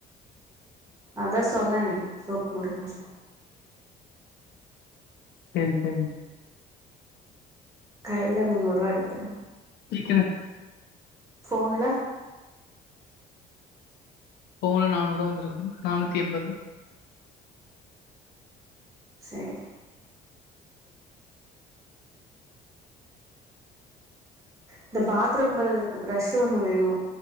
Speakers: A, on the right; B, on the left.
A: அதா சொன்னனே சூப் முடிஞ்சு
B: செரி செரி
A: கைய்ல முன்னூரூவா எடுத்த
B: கேக்குது
A: ஃபோன்ல
B: போன்ல நானூரூபா வந்துருக்கு நானூத்தி எண்பது
A: செரி இந்த பாத்ரூம் கலுவர்துக்கு ப்ரெஷ்ஷு ஒன்னு வேணு